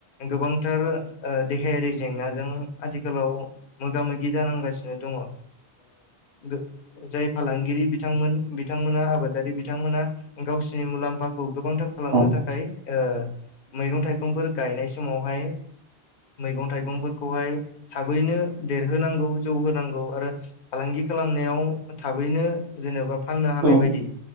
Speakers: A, on the left; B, on the right.
A: गोबांथार ओ देहायारि जेंनाजों आथिखालाव मोगा मोगि जानांगासिनो दङ' ओ गो जाय फालांगिरि बि बिथांमोन बिथांमोना आबादारि बिथांमोना गावसिनि मुलाम्फा खौ गोबांथार
B: औ
A: खालामनो थाखाय ओ मैगं थाइगंफोर गायनाय समावहाय मैगं थाइगंफोरखौहाय थाबैनो देरहोनांगौ जौहोनोनांगौ आरो फालांगि खालामनायाव थाबैनो जेनेबा फाननो
B: औ
A: हानाय
B: औ उम
A: बायदि
B: औ